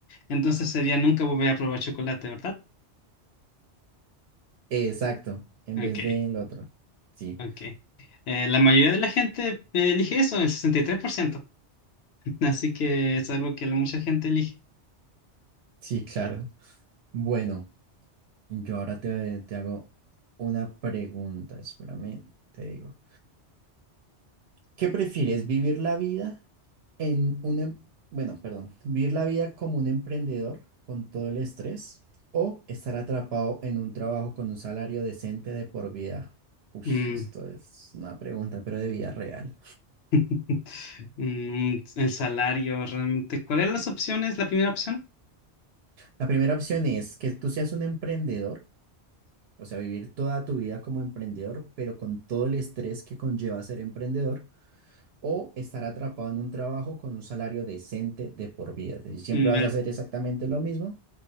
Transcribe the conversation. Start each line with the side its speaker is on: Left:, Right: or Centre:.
Left: entonces sería nunca volver a probar chocolate, ¿verdad?
Right: Exacto, en
Left: Ok,
Right: vez del otro. Sí,
Left: ok. Eh, la mayoría de la gente eh, elige eso, el 63%, <laughs> así que es algo que la mucha gente elige.
Right: sí, claro. Bueno, yo ahora te, te hago una pregunta, espérame, te digo. ¿Qué prefieres, vivir la vida? en un, em- bueno, perdón, vivir la vida como un emprendedor con todo el estrés o estar atrapado en un trabajo con un salario decente de por vida. Ush,
Left: Mm.
Right: esto es una pregunta, pero de vida real.
Left: <laughs> Mm, el salario, realmente. ¿Cuáles eran las opciones? La primera opción,
Right: La primera opción es que tú seas un emprendedor, o sea, vivir toda tu vida como emprendedor, pero con todo el estrés que conlleva ser emprendedor. O estar atrapado en un trabajo con un salario decente de por vida. Es decir, siempre
Left: Mm,
Right: vas
Left: el,
Right: a hacer exactamente lo mismo